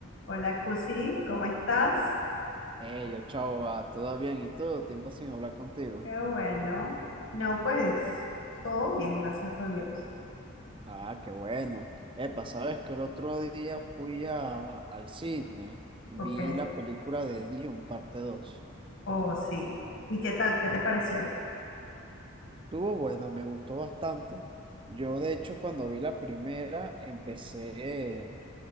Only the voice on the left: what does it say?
Hola, Cusi, ¿cómo estás?
Qué bueno. No, pues todo bien, gracias a Dios.
Ok,
oh sí. ¿Y qué tal? ¿Qué te pareció?